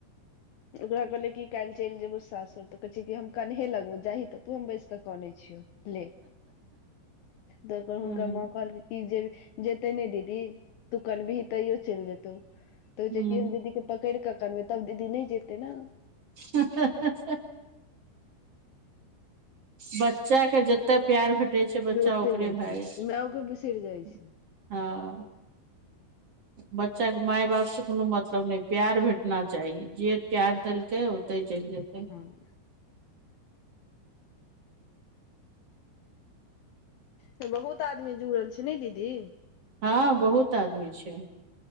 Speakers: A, on the left; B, on the right.
A: ओकरा कहलियै की कैल्ह चैल जेबौ सासुर तऽ कहैछै कि हम कनहे लगबौ जाही तऽ तू हम बैस कऽ कने छियौ। ले त ओकर
B: हँ
A: हुनकर माँ कहलखिन जे जेते ने दीदी तू कनबीही तैयो चैल जेतौ तऽ कहैछै
B: हँ
A: कि हम दीदी के पकैड़ कऽ कनबै तब दीदी नैय जेतै न।
B: हे हे हे हे बच्चा के जत तऽ प्यार भेटै छै बच्चा
A: जे ओते
B: ओकरे
A: जाइ
B: भै
A: छै
B: जाय छै
A: मायओके बिसरि जाइ छै
B: हँ। बच्चा के माय- बाप से कोनो मतलब नैय प्यार भेटना चाही जे प्यार देलकै ओ तै चैल जेतै।
A: हं त बहुत आदमी जुड़ल छैय नय दीदी।
B: हं बहुत आदमी छैय।